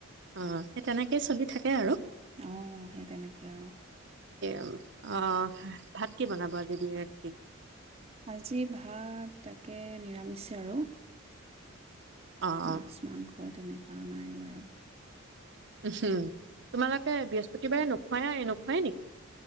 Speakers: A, on the right; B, on the right.
A: অ সেই তেনেকে সেই চলি থাকে আৰু
B: অ সেই তেনেকে আৰু
A: উম <inaudible> অ, ভাত কি বনাব আজি <unintelligible> কি
B: আজি ভাত, তাকে নিৰামিছে আৰু
A: অ অ
B: মাছ মাংসৰ তেনে আনা নাই বাৰু
A: উম হম তোমালোকে বৃহস্পতিবাৰে নোখোৱায়াই নোখোৱাই নেকি